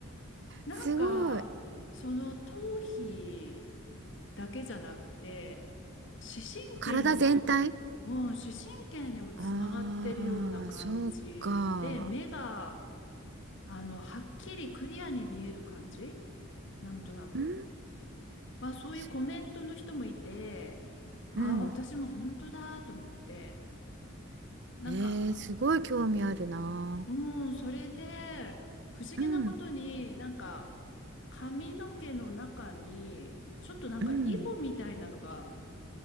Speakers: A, on the left; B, on the right.
A: なんか、
B: すごい。
A: その頭皮だけじゃなくて、視神経にも、
B: 体全体
A: うん、視神経にもつながってるような感じで、
B: ああー、そうか。
A: 目が、あの、はっきりクリアに見える感じなんとなく。
B: うん、
A: まあ、そういうコメントの人もいて、
B: す
A: ああ、
B: うん。
A: 私も本当だと思って、なんか、
B: えー、すごい興味あるな。
A: もうそれで不思議なことになんか髪の毛の中にちょっとなんかイボみたいなのが
B: うん、うん、